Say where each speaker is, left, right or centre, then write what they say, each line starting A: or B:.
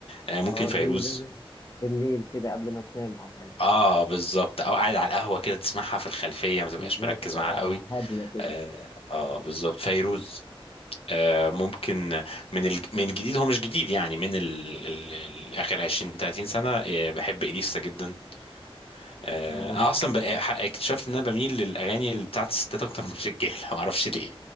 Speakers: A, on the left; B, on the left.
A: آه، ممكن
B: اه
A: فيروز
B: دي لازم بالليل كده قبل ما تنام أو حاجة
A: اه بالظبط او قاعد على القهوه كده تسمعها في الخلفيه ما تبقاش
B: بالظبط
A: مركز
B: اه
A: معاها قوي
B: هادية كده
A: اه, آه بالظبط فيروز آه ممكن من الج... من الجديد هو مش جديد يعني من ال... ال... ال- اخر 20 30 سنه آه بحب اليسا جدا آه
B: اه
A: انا اصلا بقى... ح- اكتشفت ان انا بميل للاغاني اللي بتاعت الستات اكتر من الرجاله <laughs> ما اعرفش ليه